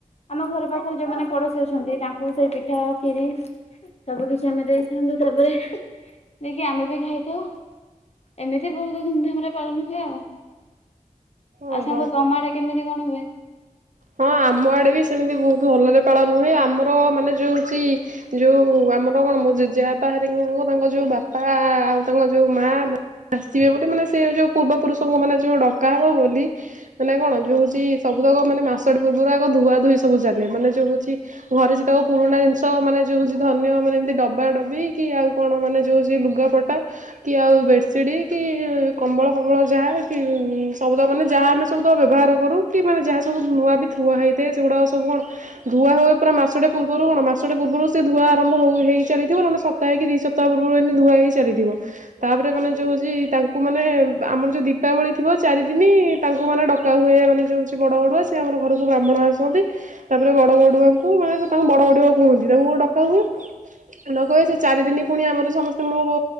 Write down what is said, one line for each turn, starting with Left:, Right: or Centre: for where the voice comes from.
Left: ଆମ ଘର ପାଖରେ ଯୋଉମାନେ ପଡୋଶୀ ଅଛନ୍ତି, ତାଙ୍କୁ ସେଇ ପିଠା ଖିରି ସବୁ କିଛି ଆମେ ଦେଇଥାନ୍ତୁ, ତାପରେ ଦେଇକି ଆମେ ବି ଖାଇଥାଉ ଏମିତି ବୋହୁତ ଧୁମଧାମରେ ପାଳନ ହୁଏ ଆଉ। <inaudible>
Right: ଓହୋ
Left: ଆଉ ସାଙ୍ଗ ତମଆଡେ କେମିତି କଣ ହୁଏ?
Right: ହଁ ଆମ ଆଡେ ବି ସେମିତି ବୋହୁତ ଭଲରେ ପାଳନ ହୁଏ, ଆମର ମାନେ ଯୋଉ ହୋଉଚି ଯୋଉ ଆମର କଣ ମୋ ଜେଜେପା ହରିକାଙ୍କୁ ତାଙ୍କ ଯୋଉ ବାପା ଆଉ ତାଙ୍କ ଯୋଉ ମା ଆସିବେ ବୋଲି। ମାନେ ସେ ଯୋଉ ପୂର୍ବ ପୁରୁଷଙ୍କ ମାନେ ଯୋଉ ଡକା ହବ ବୋଲି ମାନେ କଣ ଯୋଉ ହଉଛି ସବୁ ତକ ମାନେ ମାସ୍ ସଟେ ପୂର୍ବରୁ ଆଗ ଧୁଆ ଧୁଇ ସବୁ ଚାଲେ। ମାନେ ଯୋଉ ହେଉଛି ଘରେ ସେ ତାକୁ ପୁରୁଣା ଜିନିଷ ମାନେ ଯେଉଁ ହେଉଛି ଧରିନିଅ ମାନେ ଏମିତି ଡବା ଡବି କି ଆଉ କଣ, ମାନେ ଯେଉଁ ହେଉଛି ଲୁଗାପଟା କି ଆଉ ବେଡ଼ସିଟ୍ କି କମ୍ବଳ ଫମଳ ଯାହା କି ସବୁତ ମାନେ ଯାହା ଆମେ ସବୁଦ ବ୍ୟବହାର କରୁ କି ମାନେ ଯାହା ସବୁ ନୂଆ କି ଧୁଆ ହେଇଥାଏ। ସେଗୁଡା ସବୁ କଣ ଧୁଆ ହୁଏ ପୁରା ମାସଟେ ପୂର୍ବରୁ କଣ ମାସଟେ ପୂର୍ବରୁ ସେ ଧୁଆ ଆରମ୍ଭ ହୁ ହୋଇସାରିଥିବ। ନହେଲେ ସପ୍ତେ କି ଦି ସପ୍ତାହ ପୂର୍ବରୁ ଏମିତି ଧୁଆ ହେଇ ଚାଲିଥିବ ତାପରେ ମାନେ ଯଉଛି ତାଙ୍କୁ ମାନେ ଆମର ଯୋଉ ଦିପାବଳି ଥିବ ଚାରି ଦିନି ତାଙ୍କୁ ମାନେ ଡକା ହୁଏ ମାନେ ଯାଉଚି ବଡ ବଡୁଆ ଆମର ଘରକୁ କୁ ବ୍ରାହ୍ମଣ ଆସନ୍ତି, ତାପରେ ବଡ଼ ବଡୁଆଙ୍କୁ ମାନେ ତାଙ୍କୁ ବଡ ବଡୁଆ କୁହନ୍ତି, ତାଙ୍କୁ ଡକା ହୁଏ ଡକା ହୁଏ ସେ ଚାରି ଦିନ ପୁଣି ଆମର ସମସ୍ତେ ମୋ